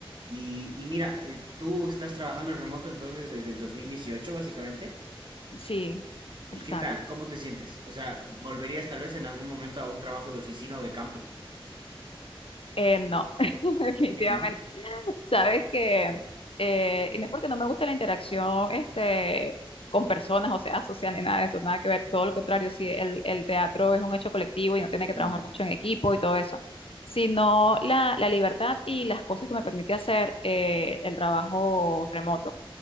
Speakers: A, on the right; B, on the left.
A: Y, y mira, eh, tú estás trabajando en remoto entonces desde el 2018 básicamente.
B: Sí,
A: ¿Y
B: exacto.
A: qué tal? ¿Cómo te sientes? O sea, ¿volverías tal vez en algún momento a un trabajo de oficina o de campo?
B: Eh, no, <laughs> definitivamente.
A: Sí, ¿no?
B: Sabes que, eh, y no es porque no me gusta la interacción este, con personas, o sea, social ni nada de eso, nada que ver, todo lo contrario, si el, el teatro es un hecho colectivo y no tiene que
A: Totalmente.
B: trabajar mucho en equipo y todo eso, sino la, la libertad y las cosas que me permite hacer eh, el trabajo remoto